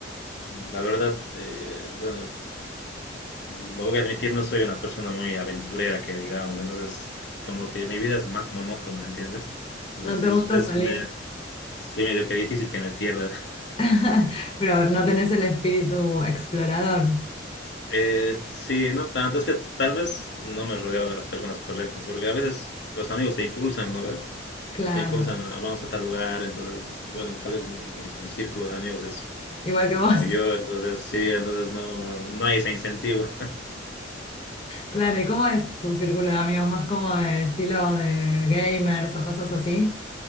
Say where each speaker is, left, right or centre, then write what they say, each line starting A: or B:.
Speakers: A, on the left (about 60°); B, on the left (about 30°).
A: mm, la verdad, eh, bueno, lo voy a admitir, no soy una persona muy aventurera que digamos, entonces como que mi vida es más monótona, ¿entiendes? Entonces
B: No te
A: es,
B: gusta
A: es
B: salir,
A: medio, sí, medio que difícil que me pierda. <laughs>
B: <laughs> pero no tenés el espíritu explorador,
A: Eh, sí, no tanto, es que tal vez no me he rodeado de las personas correctas, porque a veces los amigos te impulsan, ¿no? ve?
B: claro,
A: Te impulsan a vamos a tal lugar, entonces, bueno, tal vez mi, mi- mi círculo de amigos es
B: igual que vos.
A: como yo, entonces sí, entonces no, no hay ese incentivo.
B: Claro, ¿y cómo es tu círculo de amigos? ¿Más como de estilo de gamers o cosas así?